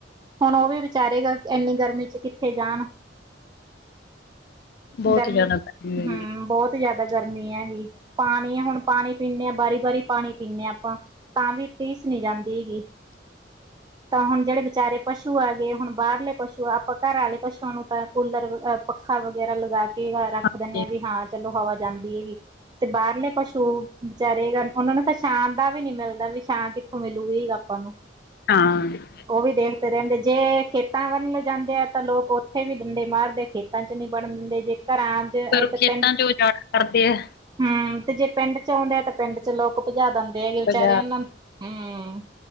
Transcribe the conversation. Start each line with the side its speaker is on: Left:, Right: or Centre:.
Right: ਹੁਣ ਉਹ ਵੀ ਵਿਚਾਰੇਗਾ ਇੰਨੀ ਗਰਮੀ ਚ ਕਿੱਥੇ ਜਾਣ
Left: ਬਹੁਤ
Right: ਗਰਮੀ
Left: ਜ਼ਿਆਦਾ ਹੁੰਦੀ
Right: ਹਮ
Left: ਹੈ,
Right: ਬਹੁਤ ਜ਼ਿਆਦਾ ਗਰਮੀ ਹੈਗੀ ਪਾਣੀ ਹੈ ਹੁਣ ਪਾਣੀ ਪੀਣੇ ਹਾਂ ਵਾਰੀ -ਵਾਰੀ ਪਾਣੀ ਪੀਣੇ ਹਾਂ ਆਪਾਂ ਤਾਂ ਵੀ ਤੀਸ ਨਹੀਂ ਜਾਂਦੀ ਹੈਗੀ। ਤਾਂ ਹੁਣ ਜਿਹੜੇ ਵਿਚਾਰੇ ਪਸੂ ਆ ਗਏ, ਹੁਣ ਬਾਹਰਲੇ ਪਸੂ ਆ, ਆਪਾਂ ਘਰ ਵਾਲੇ ਪਸੂਆਂ ਨੂੰ ਤਾਂ ਕੂਲਰ ਆ ਪੱਖਾ ਵ ਵਗੈਰਾ ਲਗਾ ਕੇ ਰੱਖ
Left: ਹਾਂਜੀ,
Right: ਦਿੰਦੇ ਹਾਂ ਵੀ ਹਾਂ ਚਲੋ ਹਵਾ ਜਾਂਦੀ ਹੈਗੀ। ਤੇ ਬਾਹਰਲੇ ਪਸ਼ੂ ਵਿਚਾਰੇ ਉਹਨਾਂ ਨੂੰ ਤਾਂ ਛਾਂ ਦਾ ਵੀ ਨੀ ਮਿਲਦਾ ਵੀ ਛਾਂ ਮਿਲੂਗੀ ਆਪਾਂ ਨੂੰ,
Left: ਹਾਂ।
Right: ਉਹ ਵੀ ਦੇਣ ਤੇ ਰਹਿੰਦੇ ਜੇ ਖੇਤਾਂ ਵਲ ਜਾਂਦੇ ਆ ਤਾਂ ਲੋਕ ਉੱਥੇ ਵੀ ਡੰਡੇ ਮਾਰਦੇ ਆ ਖੇਤਾਂ ਚ ਨੀ ਵੜਨ ਦਿੰਦੇ, ਜੇ ਘਰਾਂ ਚ
Left: ਫਿਰ
Right: ਇੱਧਰ
Left: ਖੇਤਾਂ
Right: ਪਿੰਡ ਚ
Left: ਉਜਾੜ ਕਰਦੇ ਆ,
Right: ਹਮ ਤੇ ਜੇ ਪਿੰਡ ਚ ਆਉਂਦੇ ਆ ਤਾਂ ਪਿੰਡ ਚ ਲੋਕ ਭਜਾ ਦਿੰਦੇ ਹੈਗੇ ਵਿਚਾਰਿਆਂ
Left: ਬਾਜ਼ਾਰ
Right: ਨੂੰ, ਹਮ।